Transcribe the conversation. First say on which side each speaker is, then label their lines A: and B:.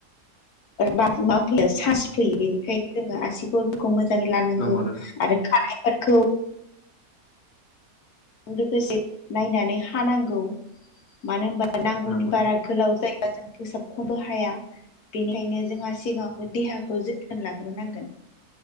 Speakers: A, on the left (about 85°); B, on the left (about 65°).
A: मा फैयो चान्स
B: नोंथां
A: फैयो बेनिखायनो जोङो आसि फोरखौ मोजाङै लानांगौ
B: नंगौ नोंथां
A: आरो खानायफोरखौ लोगोसे नायनानै हानांगौ मानो होनबा नांगौनि
B: नंगौ
A: बारा
B: नोंथां
A: गोलाव जायोबा जों फोसाबखनोबो हाया बेनिखायनो जोंहा सिगाङावनो
B: नंगौ
A: देहाखौ जोथोन लाग्रोनांगोन